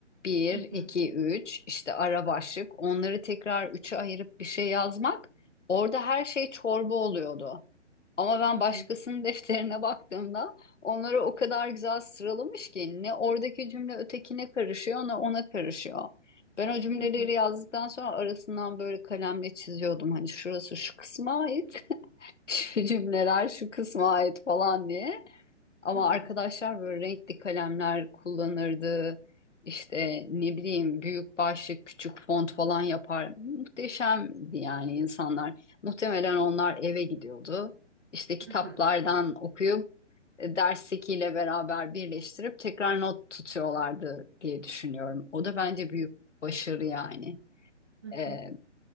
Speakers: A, on the left (about 75°); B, on the right (about 20°).
A: bir,
B: Hı
A: iki,
B: hı.
A: üç, işte ara başlık onları tekrar üçe ayırıp bir şey yazmak orada her şey çorba oluyordu. Ama ben
B: Hı
A: başkasının
B: hı.
A: <laughs> defterine baktığımda onları o kadar güzel sıralamış ki ne oradaki cümle ötekine karışıyor ne ona karışıyor. Ben o cümleleri
B: Hı hı.
A: yazdıktan sonra arasından böyle kalemle çiziyordum. Hani şurası şu kısma ait, <laughs> şu cümleler şu kısma ait falan diye. Ama
B: Hı
A: arkadaşlar
B: hı. <laughs>
A: böyle renkli kalemler kullanırdı. İşte ne bileyim büyük başlık, küçük font falan yapar. Muhteşemdi yani insanlar. Muhtemelen onlar eve gidiyordu. İşte kitaplardan
B: Hı hı,
A: okuyup e, derstekiyle beraber birleştirip tekrar not tutuyorlardı diye düşünüyorum. O da bence büyük başarı yani.
B: hı
A: E,
B: hı,